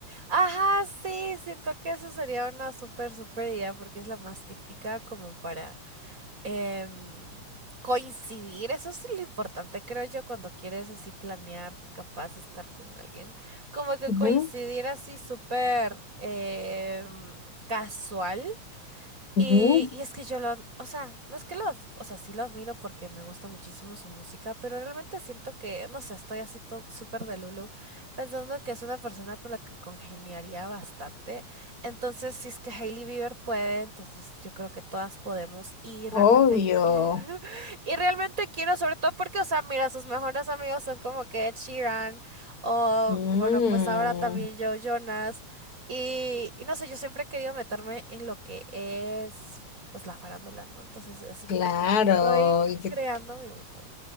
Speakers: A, on the right (about 25°); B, on the left (about 50°).
A: Ajá, sí, siento que eso sería una súper, súper idea porque es la más típica como para em, coincidir. Eso es lo importante, creo yo, cuando quieres así planear, capaz de estar con alguien. Como que
B: Ujú,
A: coincidir así súper em, casual Y,
B: ujú,
A: y es que yo lo, ad- o sea, no es que lo, ad- o sea, sí lo admiro porque me gusta muchísimo su música, pero realmente siento que, no sé, estoy así to- súper de Lulu, pensando que es una persona con la que congeniaría bastante. Entonces, si es que Hailey Bieber puede, entonces yo creo que todas podemos y realmente,
B: Obvio.
A: qui- <laughs> y realmente quiero, sobre todo porque, o sea, mira, sus mejores amigos son como que Ed Sheeran o,
B: Mm,
A: bueno, pues ahora también Joe Jonas. Y, y no sé, yo siempre he querido meterme en lo que es, pues, la farándula, ¿no? Entonces, así,
B: claro.
A: estoy
B: ¿Y qué
A: creando mi mundo.